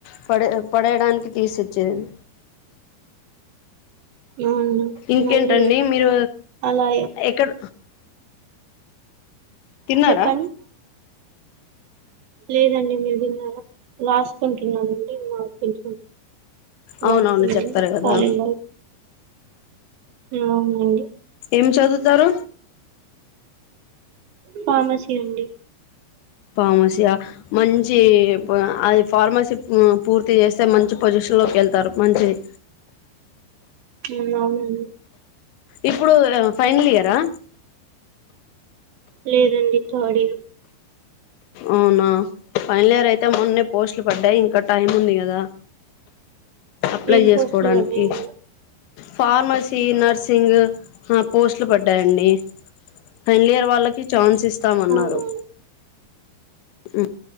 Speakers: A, on the left; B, on the right.
A: పడే పడేడానికి తీసిచ్చేను
B: అవును
A: ఇంకేంటండి
B: మళ్ళీ
A: మీర్
B: అలా
A: ఎక్కడ తిన్నారా
B: చెప్పండి లేదండి మీరు తిన్నారా లాస్ట్ కుంటున్నానండి మాకు కొంచెం
A: అవునవును
B: వర్క్
A: చెప్పారు
B: వుంది
A: కదా
B: ఖాళీ లేదు ఎలావున్నారండీ
A: ఎం చదువుతారు
B: ఫార్మసీ అండి
A: ఫార్మసియా మంచి అది ఫార్మసీ పూర్తి చేస్తే మంచి పోసిషన్ లోకేళ్తారు మంచిది
B: ఉమ్, అవునండి
A: ఇప్పుడు ఫైనల్ ఇయర్ ఆ
B: లేదండి థర్డ్ఇయర్
A: అవునా ఫైనల్ ఇయర్ అయితే మొన్నే పోస్ట్లు పడ్డాయి ఇంకా టైమ్ ఉంది కదా అప్లై
B: ఏం
A: చేసుకోడానికి
B: పోస్టులు పడ్డాయండి
A: ఫార్మసీ నర్సింగ్ పోస్ట్ లు పడ్డాయండి మళ్ళీ అవ వాళ్ళకి చాన్స్ ఇస్తామన్నారు
B: అవునా
A: ఉమ్